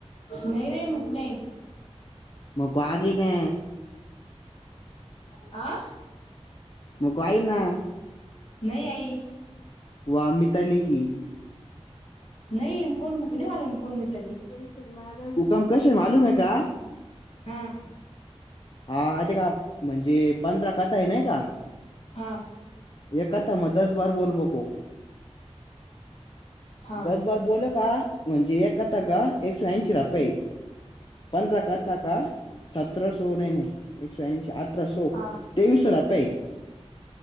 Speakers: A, on the left (about 65°); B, on the left (about 45°).
A: नाही रे म पुु नाही.
B: मको आगे ना.
A: आं?
B: मको आईक ना.
A: <unintelligible>
B: वो अमित आली की.
A: <unintelligible>
B: <unintelligible>
A: हां.
B: <unintelligible>
A: हा.
B: <unintelligible> <unintelligible>
A: हा
B: <unintelligible> <unintelligible>
A: हा